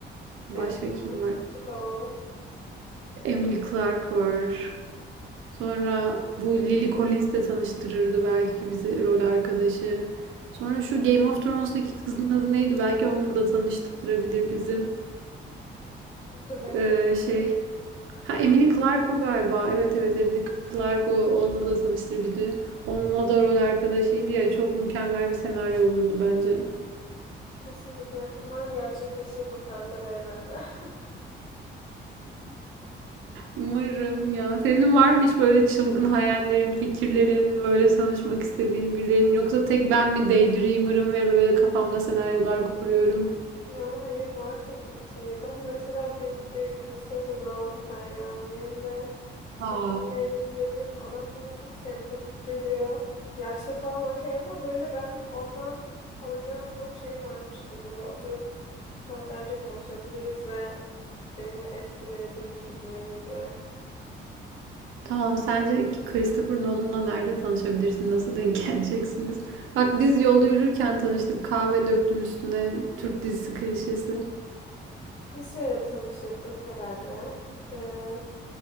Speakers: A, on the right; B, on the left.
A: Başka
B: Gerçekten
A: kim var?
B: çok havalı.
A: Emily Clark var. Sonra bu Lily Collins de tanıştırırdı belki bizi rol arkadaşı. Sonra şu Game of Thrones'daki kızın adı neydi? Belki onunla da tanıştırabilir bizi.
B: Hatırlayamadım.
A: Ee, şey. Ha Emily Clark o galiba. Evet evet Emily Clark o. Onunla da tanıştır bizi. Onunla da rol arkadaşıydı ya. Çok mükemmel bir senaryo olurdu bence.
B: Kesinlikle. Umarım gerçekleşir bu paralel evrende. <laughs>
A: Umarım ya. Senin var mı hiç böyle çılgın hayallerin, fikirlerin, böyle tanışmak istediğin birilerinin? Yoksa tek ben mi daydreamer'ım ve böyle kafamda senaryolar kuruyorum?
B: Ya hayır var tabii ki. Ben mesela büyük bir Christopher Nolan hayranıyım ve
A: Aa.
B: Tüm filmlerini izledim. Adam bana çok sempatik geliyor. Yaşlı falan okey ama böyle benim ondan alacağım çok şey varmış gibi. Ve oturup saatlerce konuşabiliriz ve beni etkileyebilir gibime geliyor. Yani.
A: Tamam, sence Christopher Nolan'la nerede tanışabilirsin? Nasıl denk <laughs> geleceksiniz? Bak biz yolda yürürken tanıştık. Kahve döktüm üstüne. Türk dizisi klişesi.
B: Biz şöyle tanışırdık herhalde. Ee,